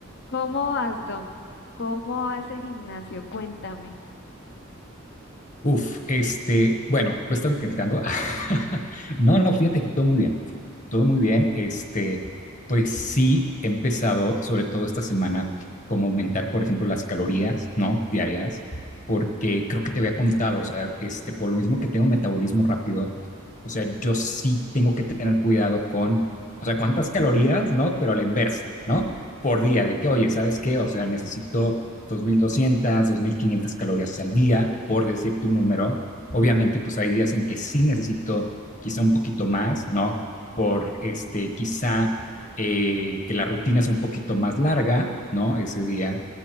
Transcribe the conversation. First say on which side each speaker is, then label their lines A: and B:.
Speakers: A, on the left; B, on the left.
A: ¿Cómo vas, Dom? ¿Cómo hace gimnasio? Cuéntame.
B: Uf, este, bueno, lo estaba intentando. <laughs> No, no, no, fíjate que todo muy bien, todo muy bien. Este, pues sí he empezado, sobre todo esta semana, como aumentar, por ejemplo, las calorías, ¿no? Diarias, porque creo que te había contado, o sea, este, por lo mismo que tengo metabolismo rápido, o sea, yo sí tengo que tener cuidado con, o sea, cuántas calorías, ¿no? Pero a la inversa, ¿no? Por día, de que, oye, ¿sabes qué? O sea, necesito 2.200, 2.500 calorías al día, por decirte un número. Obviamente, pues hay días en que sí necesito quizá un poquito más, ¿no? Por este, quizá eh, que la rutina es un poquito más larga, ¿no? Ese día,